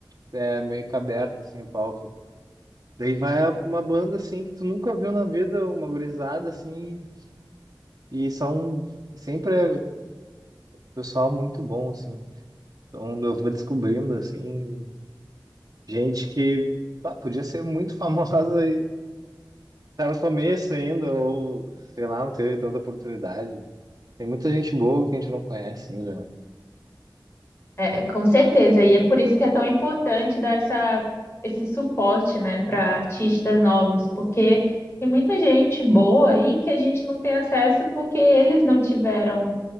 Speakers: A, on the right (about 45°); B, on the left (about 30°).
A: é meio que aberto, assim, o palco. Daí vai uma banda, assim, que tu nunca viu na vida, uma gurizada, assim, e são sempre é pessoal muito bom, assim. Então eu vou descobrindo, assim, gente que, pá, podia ser muito <laughs> famosa e tá no começo ainda, ou, sei lá, não teve tanta oportunidade. Tem muita gente boa que a gente não conhece ainda, né?
B: É, com certeza, e é por isso que é tão importante dar essa, esse suporte, né, para artistas novos, porque tem muita gente boa aí que a gente não tem acesso porque eles não tiveram